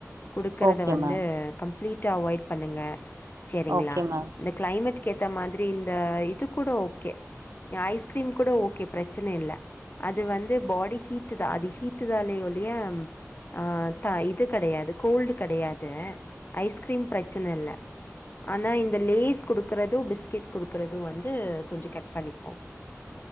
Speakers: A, on the left; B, on the right.
A: குடுக்கறத
B: ஓகே
A: வந்து
B: மேம்
A: கம்ப்ளீட்டா அவாய்ட் பண்ணுங்க செரிங்ளா
B: ஓகே மேம்
A: இந்த க்ளைமேட்டுக் இந்த மாதிரி இந்த இது கூட ஓகே ஐஸ்கிரீம் கூட ஓகே ப்ரச்சன இல்ல அது வந்து பாடி ஹீட்டுதா அது ஹீட்டு தாலே ஒழிய அ த இது கடையாது கோல்டு கடையாது ஐஸ்கிரீம் ப்ரச்சன இல்ல ஆனா இந்த லேஸ் குடுக்கறத் து பிஸ்கெட் குடுக்கறது வந்து கொஞ்சோ கட் பண்ணிக்கோங்